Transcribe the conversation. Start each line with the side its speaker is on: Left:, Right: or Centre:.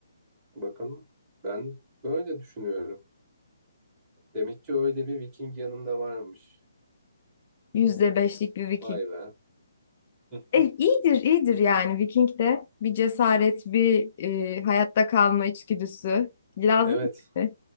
Right: Bakalım. Ben böyle düşünüyorum. Demek ki öyle bir Viking yanımda varmış.
Left: Yüzde beşlik bir Viking.
Right: Vay be. <laughs>
Left: E, iyidir, iyidir yani Viking de. Bir cesaret, bir e, hayatta kalma içgüdüsü. Lazım.
Right: Evet,
Left: mı?